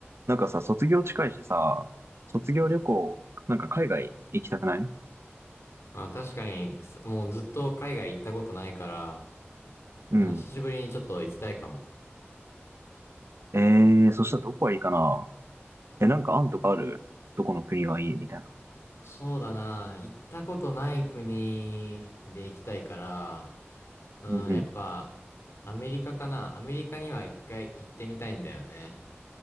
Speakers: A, on the right; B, on the left.
A: なんかさ、卒業近いしさ、卒業旅行、なんか海外行きたくない
B: あ、確かに、すもうずっと海外行ったことないから、
A: うん。
B: あ久しぶりにちょっと行きたいかも。
A: えー、そしたらどこがいいかなえ、なんか案とかあるどこの国がいいみたいな。
B: そうだな、行ったことない国で行きたいから、うん、
A: うんうん。
B: やっぱ、アメリカかな。アメリカには一回行ってみたいんだよね。